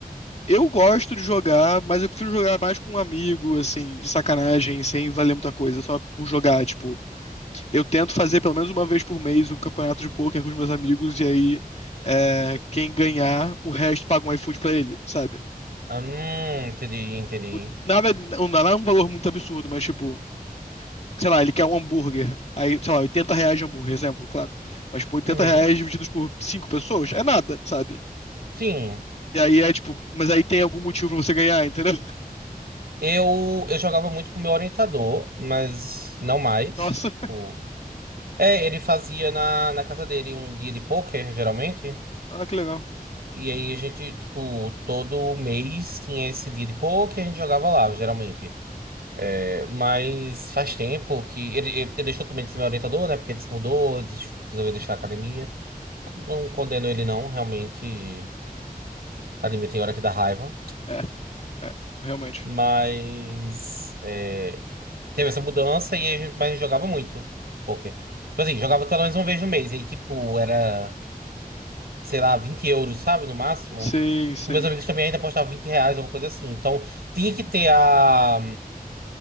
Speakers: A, on the left (about 45°); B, on the right (about 90°).
A: eu gosto de jogar, mas eu prefiro jogar mais com um amigo, assim, de sacanagem, sem valer muita coisa, só por jogar, tipo. eu tento fazer pelo menos uma vez por mês um campeonato de poker com os meus amigos, e aí é, quem ganhar, o resto paga um iFood pra ele, sabe?
B: Ah, Hum, entendi, entendi.
A: O- Nada, não dá um valor muito absurdo, mas tipo, sei lá, ele quer um hambúrguer, aí, sei lá, 80 reais de hambúrguer, exemplo, claro. Mas, pô, oitenta
B: Uhum.
A: reais divididos por cinco pessoas é nada, sabe?
B: Sim,
A: E aí é tipo, mas aí tem algum motivo pra você ganhar, entendeu? <laughs>
B: eu, eu jogava muito com o meu orientador, mas não mais.
A: Nossa,
B: Tipo, é, ele fazia na, na casa dele um dia de pôquer, geralmente.
A: ah, que legal.
B: E aí a gente, tipo, todo mês tinha esse dia de pôquer, a gente jogava lá, geralmente. É, Mas faz tempo que. Ele, ele, ele deixou também de ser meu orientador, né? Porque ele se mudou, des- resolveu deixar a academia. Não condeno ele, não, realmente. Academia tem hora que dá raiva.
A: É, é, realmente.
B: Mas é, teve essa mudança e a gente- mas a gente jogava muito poker. Tipo assim, jogava pelo menos uma vez no mês. Aí, tipo, era, sei lá, 20 euros, sabe? No máximo.
A: Sim, sim.
B: Com meus amigos também ainda apostava 20 reais, alguma coisa assim. Então, tinha que ter a.